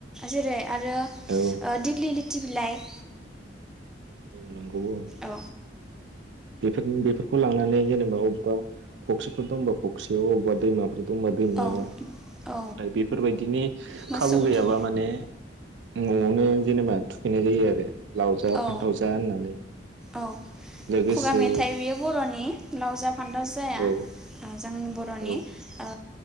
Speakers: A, in the centre; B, on the right (about 80°).
A: जेरै आरो ओ
B: औ
A: दिग्लिलि - बिलाइ
B: नोंगौ <unintelligible>
A: औ
B: बेफोर बेफोरखौ लानानै जेनेबा अबेबा फख्रिफोर दंबा फख्रियाव अबेबा दैमाफोर दंबा दैमायाव
A: औ
B: ओमफाय
A: औ
B: बेफोरबायदिनि
A: मोसौ
B: खाबु
A: गुथु
B: गैयाबा माने न'आवनो जेनेबा थुखैनाय जायो आरो। लाव जा,
A: औ
B: फान्थाव जा, होननानै।
A: औ
B: लोगोसे
A: खुगा मेथाइ बेयो बर'नि लाव जा, फान्थाव जाया
B: औ
A: ओ जों ब र'नि।
B: औ
A: ओ